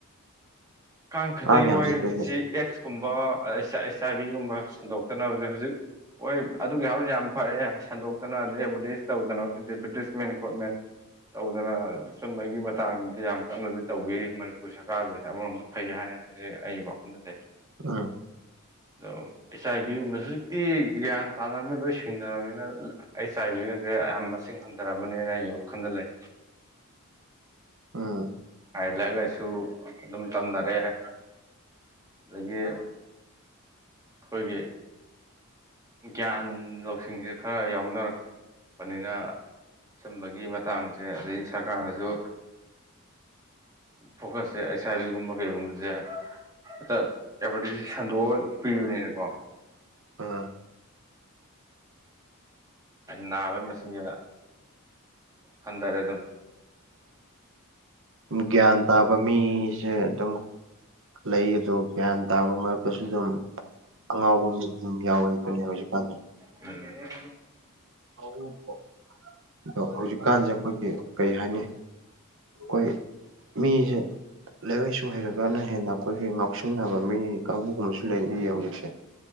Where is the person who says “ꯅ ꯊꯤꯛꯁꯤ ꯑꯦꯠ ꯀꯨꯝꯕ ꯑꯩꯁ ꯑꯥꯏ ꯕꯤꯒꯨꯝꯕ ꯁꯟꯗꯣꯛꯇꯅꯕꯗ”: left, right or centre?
Right